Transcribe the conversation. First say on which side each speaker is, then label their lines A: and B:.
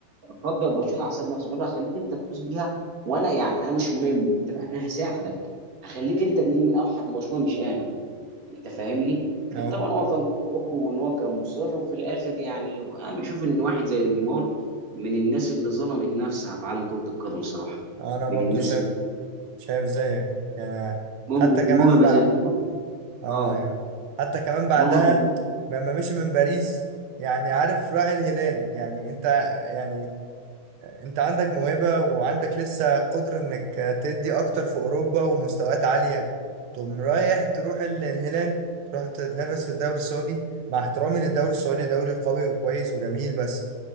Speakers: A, on the right (about 45°); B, on the right (about 80°).
A: فضل برشلونه على حساب نفسه قال له هخليك انت تفوز بيها وانا يعني انا مش مهم انت انا هساعدك هخليك انت النجم الاوحد لبرشلونه مش انا انت فاهمني كان
B: أهو.
A: طبعا هو كان قوي وان هو كان مصر وفي الاخر يعني انا بشوف ان واحد زي نيمار من الناس اللي ظلمت نفسها في عالم كره القدم صراحه
B: انا
A: من
B: برضو
A: الناس
B: شايف
A: اللي
B: شايف زيك يعني
A: موهبه
B: حتى كمان
A: موهبة
B: بقى
A: زي نيمار
B: اه
A: اه
B: يعني حتى كمان بعدها
A: موهبه
B: لما مشي من باريس يعني عارف راعي الهلال يعني انت يعني انت عندك موهبة وعندك لسه قدرة انك تدي اكتر في اوروبا ومستويات عالية تقوم رايح تروح ال- الهلال تروح تتنافس في الدوري السعودي مع احترامي للدوري السعودي دوري قوي وكويس وجميل بس